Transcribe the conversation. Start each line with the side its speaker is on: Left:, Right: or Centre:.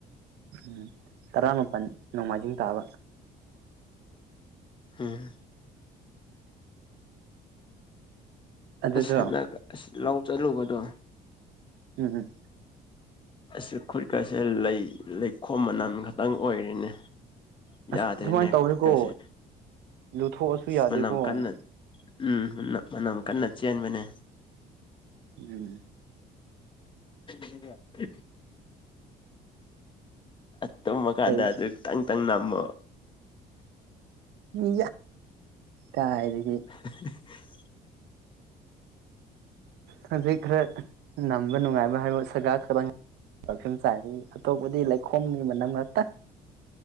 Right: ꯎꯝ ꯇꯔꯥꯃꯥꯄꯜ ꯅꯣꯡꯃꯥꯏꯖꯤꯡ ꯇꯥꯕ
Left: ꯍꯝ
Right: ꯑꯗꯨꯗꯣ
Left: ꯑꯁ ꯑꯁ ꯂꯧ ꯆꯠꯂꯨꯕꯗꯣ
Right: ꯎꯝ ꯎꯝ
Left: ꯑꯁꯤ ꯈꯨꯠꯀꯁꯦ ꯂꯩ ꯂꯩꯈꯣꯝ ꯃꯅꯝ ꯈꯛꯇꯪ ꯑꯣꯏꯔꯤꯅꯤ
Right: ꯑꯁ
Left: ꯌꯥꯗ꯭ꯔꯦꯅꯦ
Right: ꯑꯗꯨꯃꯥꯏꯅ ꯇꯧꯋꯦꯀꯣ
Left: ꯈꯨꯠꯀꯁꯤ
Right: ꯂꯨꯊꯣꯛꯑꯁꯨ ꯌꯥꯗꯦꯀꯣ
Left: ꯃꯅꯝ ꯀꯟꯅ ꯎꯝ ꯃꯅꯝ ꯀꯟꯅ ꯆꯦꯟꯕꯅꯦ
Right: ꯎꯝ
Left: <unintelligible> ꯇꯨꯝꯃꯀꯥꯟꯗ
Right: ꯀꯩ
Left: ꯑꯗꯨꯈꯤꯇꯪ ꯇꯪ ꯅꯝꯃꯣ
Right: ꯃꯤ ꯀꯥꯏꯗꯒꯤ
Left: <unintelligible>
Right: ꯍꯧꯖꯤꯛ ꯈꯔ ꯅꯝꯕ ꯅꯨꯡꯉꯥꯏꯕ ꯍꯥꯏꯕ ꯁꯒꯥ ꯈꯪ ꯄꯔꯐ꯭ꯌꯨꯝ ꯆꯥꯏꯗꯒꯤ ꯑꯇꯣꯞꯄꯗꯤ ꯂꯩꯈꯣꯝꯒꯤ ꯃꯅꯝ ꯉꯛꯇ